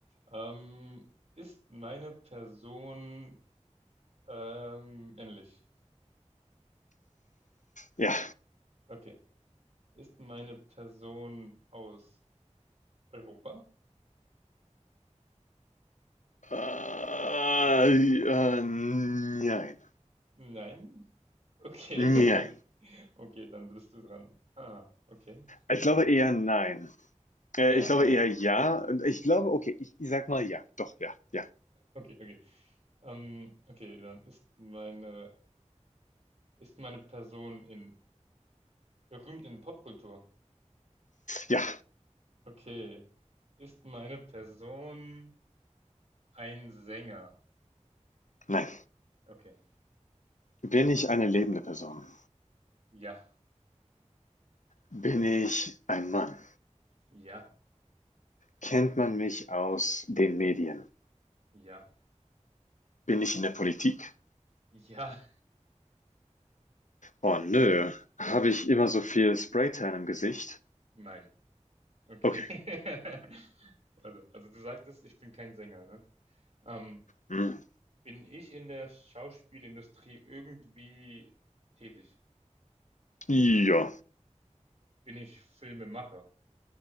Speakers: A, on the right (about 60°); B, on the left (about 85°).
A: Ähm, ist meine Person ähm, männlich?
B: Ja.
A: Okay. Ist meine Person aus Europa?
B: Äh, äh, nein.
A: Nein. Okay.
B: Nein.
A: <laughs> wie soll ich- Okay, dann bist du dran. Ah, okay.
B: Ich glaube eher nein. Äh,
A: Ja,
B: ich glaube
A: nein.
B: eher ja. Ich glaube, okay, ich, ich sag mal ja. Doch, ja, ja.
A: Okay, okay. Ähm, okay, dann ist meine Ist meine Person in berühmt in Popkultur?
B: Ja,
A: Okay. Ist meine Person ein Sänger?
B: nein.
A: Okay.
B: Bin ich eine lebende Person?
A: Ja,
B: Bin ich ein Mann?
A: ja,
B: Kennt man mich aus den Medien?
A: ja,
B: Bin ich in der Politik?
A: ja,
B: Oh nö, habe ich immer so viel Spraytan im Gesicht?
A: nein. Okay.
B: Okay,
A: <laughs> Also, also du sagtest, ich bin kein Sänger, ne? Ähm,
B: hm,
A: bin ich in der Schauspielindustrie irgendwie tätig?
B: ja,
A: Bin ich Filmemacher?